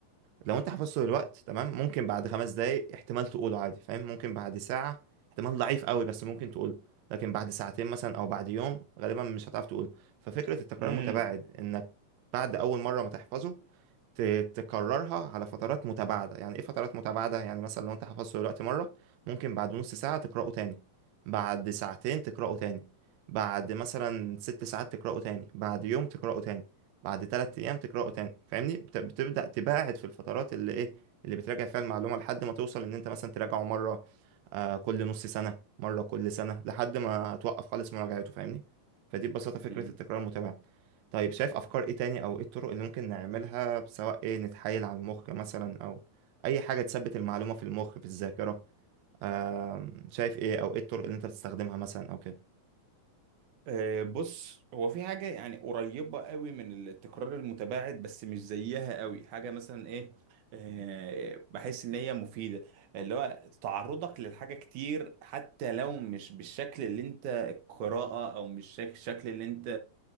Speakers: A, on the right; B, on the right.
A: لو انت حفظته دلوقتي تمام ممكن بعد خمس دقايق احتمال تقوله عادي فاهم ممكن بعد ساعه احتمال ضعيف قوي بس ممكن تقوله لكن بعد ساعتين مثلا او بعد يوم غالبا مش هتعرف تقوله ففكره التكرار
B: امم
A: المتباعد انك بعد اول مره ما تحفظه ت- تكررها على فترات متباعدة يعني ايه فترات متباعدة يعني مثلا لو انت حفظته دلوقتي مرة ممكن بعد نص ساعة تقرأه تاني بعد ساعتين تقرأه تاني بعد مثلا ست ساعات تقرأه تاني بعد يوم تقرأه تاني بعد تلات أيام تقرأه تاني فاهمني بت- بتبدأ تباعد في الفترات اللي ايه اللي بتراجع فيها المعلومة لحد ما توصل ان انت مثلا تراجعه مرة آه كل نص سنة مرة كل سنة لحد ما توقف خالص مراجعته فاهمني فدي ببساطة فكرة
B: أمم.
A: التكرار المتباعد طيب شايف افكار ايه تاني او ايه الطرق اللي ممكن نعملها سواء ايه نتحايل على المخ مثلا او اي حاجة تثبت المعلومة في المخ في الذاكرة آم، شايف ايه او ايه الطرق اللي انت بتستخدمها مثلا او كده
B: آه، بص هو في حاجة يعني قريبة قوي من التكرار المتباعد بس مش زيها قوي حاجة مثلا ايه آه، بحس ان هي مفيدة اللي هو تعرضك للحاجة كتير حتى لو مش بالشكل اللي انت القراءة او مش شك- الشكل اللي انت